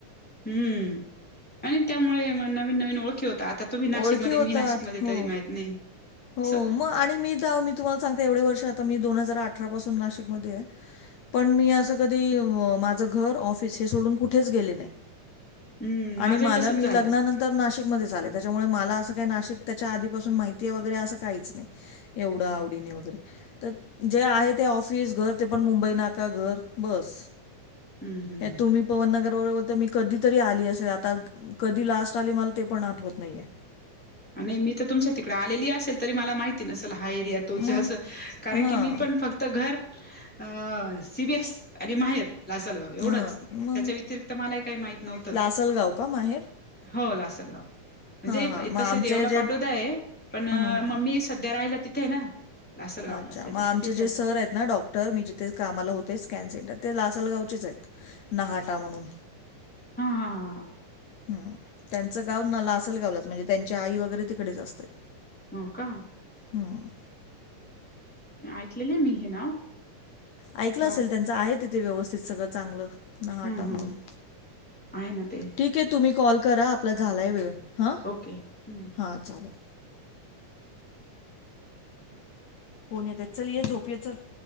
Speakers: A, in the centre; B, on the left.
A: हम्म, आणि त्यामुळे म नवीन नवीन ओळखी होता. आता तुम्ही नाशिकमध्ये
B: ओळखी होतात
A: मी नाशिकमध्ये
B: हो.
A: तरी माहित नाही
B: हो
A: असं.
B: मग आणि मी तर आहो मी तुम्हाला सांगते एवढे वर्ष, आता मी दोन हजार अठरा पासून नाशिकमध्ये आहे. पण मी असं कधी माझं घर, ऑफिस हे सोडून कुठेच गेले नाही.
A: हम्म माझंही
B: आणि मला
A: तसच
B: मी
A: झालं
B: लग्नानं तर नाशिकमध्येचं आले त्याच्यामुळे मला अस काय नाशिक त्याच्या आधीपासून माहिती आहे वगैरे असं काहीच नाही. एवढं
A: हम्म
B: आवडीने
A: हम्म
B: वगैरे. तर जे आहे ते ऑफिस घर ते पण मुंबई नाका घर बस.
A: हम्म हम्म.
B: हे तुम्ही पवनगर वर होते मी कधीतरी आली असेल आता कधी लास्ट आली मला ते पण आठवत नाही आहे.
A: आणि मी तर तुमच्या तिकडे आलेली असेल तरी मला माहिती नसेल हा हा एरिया तोच
B: मग
A: आहे अस कारण
B: हां
A: की मी पण फक्त तर घर अ सीबीएस आणि माहेर लासलगाव एवढंच
B: हां मग
A: त्याच्या व्यतिरिक्त मलाही काही माहित नव्हतं.
B: लासलगाव का माहेर?
A: हो लाल म्हणजे
B: हां हां मग
A: तसवला
B: आमचे जे
A: पाठव दया पण म
B: हां हां
A: ममीस सध्या राहिला तिथे ना, लासलगावला
B: अच्छा
A: त्याच्यामुळे
B: मग आमचे
A: तिथे
B: जे सर आहेत ना डॉक्टर मीे ते कामाला होतेच कॅन सिंटर ते लासलगावचेच आहेत नाहाटा म्हणून
A: हा हा हां हां.
B: हम त्यांचं गाव नाला असेल गावलाच म्हणजे त्यांची आई वगैरे तिकडेच असते.
A: नोका.
B: हं
A: ऐकलेले मी हे नाव
B: ऐकलं
A: आता
B: असेल त्यांचं आहे तिथे व्यवस्थित सगळं चांगलं नाहाटा
A: हम्म हम्म
B: म्हून
A: आहे ना ते
B: ठीक आहे. तुम्ही कॉल करा आपला झालाय वेळ हां
A: ओके हम्म
B: हां चालेल. होन येत चल ये झोपया चल-